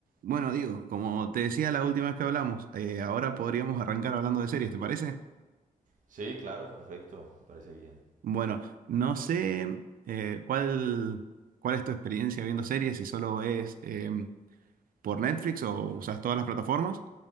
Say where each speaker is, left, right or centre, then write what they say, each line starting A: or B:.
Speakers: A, on the right (about 80°); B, on the right (about 65°).
A: Bueno, digo, como te decía la última vez que hablamos, eh, ahora podríamos arrancar hablando de series, ¿te parece?
B: Sí, claro, perfecto, me parece bien.
A: Bueno, no sé eh, cuál, cuál es tu experiencia viendo series, si solo es eh, por Netflix o usas todas las plataformas,